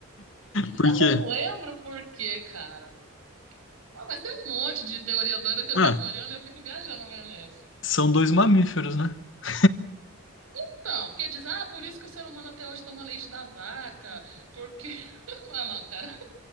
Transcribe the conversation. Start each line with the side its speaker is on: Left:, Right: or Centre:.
Left: Por
Right: Não
Left: quê?
Right: lembro por quê, cara. Ó, mas tem um monte de teoria doida que eu
Left: Ah,
Right: fico olhando e eu fico viajando na maionese.
Left: São dois mamíferos, né? <laughs>
Right: Então, porque diz, ah, por isso que o ser humano até hoje toma leite da vaca, porque... <laughs> Ah, não, cara.